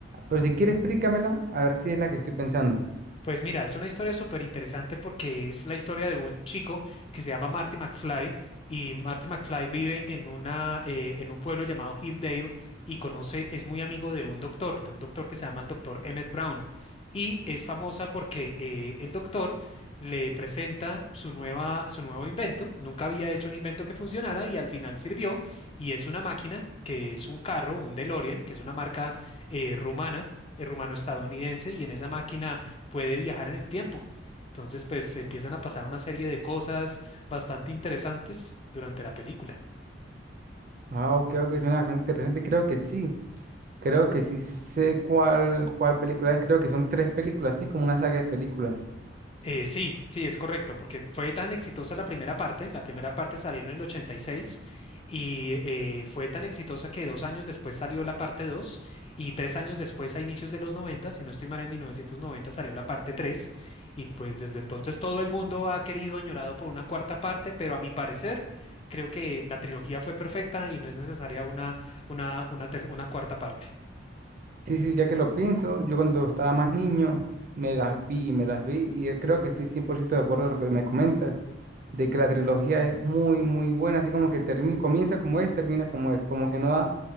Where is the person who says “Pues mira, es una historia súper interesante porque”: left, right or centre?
Left